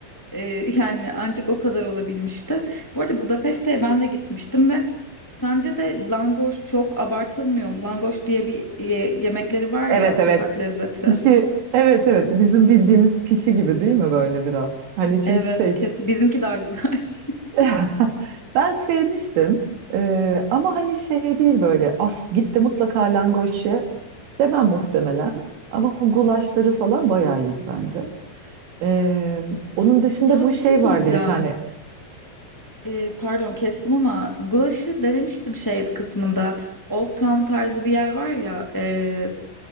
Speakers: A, in the centre; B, on the right.
A: Ee, yani ancak o kadar olabilmişti. Bu arada Budapeşte'ye ben de gitmiştim ve sence de langoş çok abartılmıyor mu? Langoş diye bir ye- yemekleri var
B: evet,
A: ya sokak
B: evet.
A: lezzeti.
B: Pişi, evet, evet. Bizim bildiğimiz pişi gibi değil mi böyle biraz? Hani çünkü
A: Evet,
B: şey
A: kes bizimki daha güzel. <laughs>
B: <laughs> Ben sevmiştim. Ee, ama hani şey değil böyle af gitti mutlaka langoş ye demem muhtemelen. Ama gulaşları falan bayağı iyiydi bence. Ee, onun dışında
A: Ya
B: bu
A: bir
B: şey
A: şey diyeceğim.
B: vardı bir tane.
A: Ee, pardon kestim ama gulaşı denemiştim şey kısmında. Old Town tarzı bir yer var ya e,